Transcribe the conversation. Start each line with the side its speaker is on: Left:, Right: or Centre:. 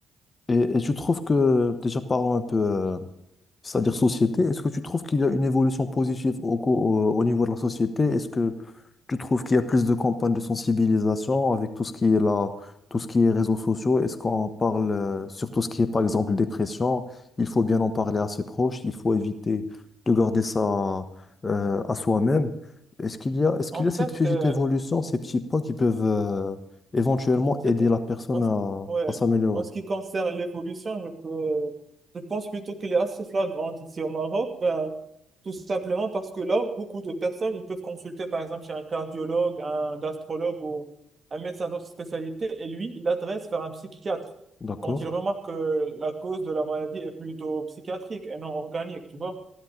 Left: Et, et tu trouves que, déjà parlons un peu euh, c'est-à-dire société, est-ce que tu trouves qu'il y a une évolution positive au, co- au, au niveau de la société? Est-ce que tu trouves qu'il y a plus de campagnes de sensibilisation avec tout ce qui est là, tout ce qui est réseaux sociaux? Est-ce qu'on parle euh, sur tout ce qui est, par exemple, dépression? Il faut bien en parler à ses proches, il faut éviter de garder ça euh, à soi-même. Est-ce qu'il y a, est-ce
Right: En
Left: qu'il y a cette
Right: fait,
Left: petite
Right: euh,
Left: évolution, ces petits pas qui peuvent euh, éventuellement aider
Right: Peut-être-
Left: la personne
Right: En, ce-
Left: à,
Right: ouais.
Left: à s'améliorer?
Right: En ce qui concerne l'évolution, je peux, je pense plutôt qu'elle est assez flagrante ici au Maroc, ben, tout simplement parce que là, beaucoup de personnes, ils peuvent consulter par exemple chez un cardiologue, un gastrologue ou un médecin d'autres spécialités, et lui, il l'adresse vers un psychiatre
Left: D'accord?
Right: quand il remarque que la cause de la maladie est plutôt psychiatrique et non organique, tu vois.